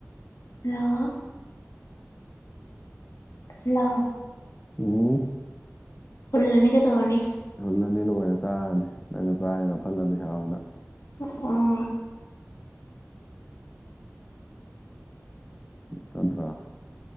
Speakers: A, on the left; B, on the left.
A: ꯍꯜꯂꯣ꯫ ꯍꯜꯂꯣ꯫
B: ꯎꯝ꯫
A: ꯍꯨꯜꯂꯅꯤ ꯀꯩꯇꯧꯔꯅꯤ꯫
B: ꯍꯨꯜꯂꯅꯤ ꯂꯣꯏꯔꯦ ꯆꯥꯔꯅꯤ ꯅꯪꯅ ꯆꯥꯔꯅꯤ ꯂꯧꯈꯠꯂꯅꯤ ꯍꯥꯔꯎꯅ꯫
A: ꯑꯣ꯫
B: ꯅꯠꯇ꯭ꯔꯥ꯫